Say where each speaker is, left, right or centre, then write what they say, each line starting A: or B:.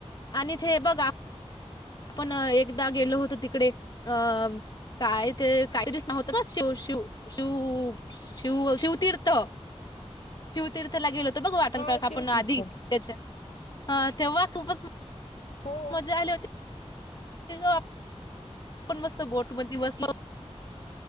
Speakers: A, on the left (about 40°); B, on the left (about 80°).
A: आणि ते बघा आपण एकदा गेलो होत तिकडे अ काय ते काहीतरी नाव होत शिव शिव शिव शिव शिवतीर्थो शिवतीर्थला गेलतो बघ वाटर
B: हा
A: पार्क
B: शिवतीच
A: आपण आधी त्याच्या ह तेव्हा खूपच
B: हो
A: मज्जा आली होती आपण मस्त बोट मधी बसलो